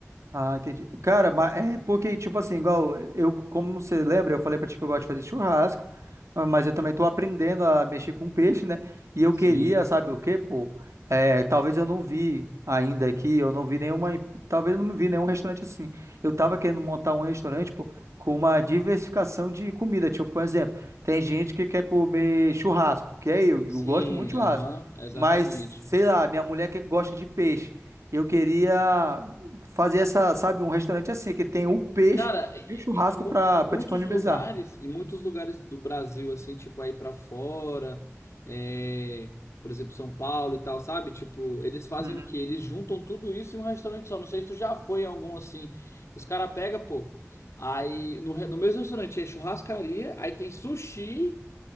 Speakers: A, on the right; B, on the left.
A: Ah, entendi. Cara, mas é porque, tipo assim, igual eh, eu, como você lembra, eu falei pra ti que eu gosto de fazer churrasco, ah, mas eu também tô aprendendo a mexer com peixe, né? E eu
B: Sim,
A: queria, sabe o quê, pô? É, talvez eu não vi ainda aqui, eu não vi nenhuma, em- talvez eu não vi nenhum restaurante assim. Eu tava querendo montar um restaurante, pô, com uma diversificação de comida. Tipo, por exemplo, tem gente que quer comer churrasco, que é eu, eu
B: sim,
A: gosto muito de churrasco,
B: aham, exatamente.
A: mas sei lá, minha mulher que gosta de peixe. Eu queria fazer essa, sabe, um restaurante assim, que tem o peixe
B: Cara, e-
A: e o churrasco
B: e- e mu-
A: para
B: muitos
A: disponibilizar.
B: lugares, em muitos lugares do Brasil, assim, tipo, aí pra fora, é, por exemplo, São Paulo e tal, sabe? Tipo, eles fazem
A: Uhum.
B: o quê? Eles juntam tudo isso em um restaurante só. Não sei se tu já foi em algum assim. Os caras pegam, pô, aí no, re- no mesmo restaurante é churrascaria, aí tem sushi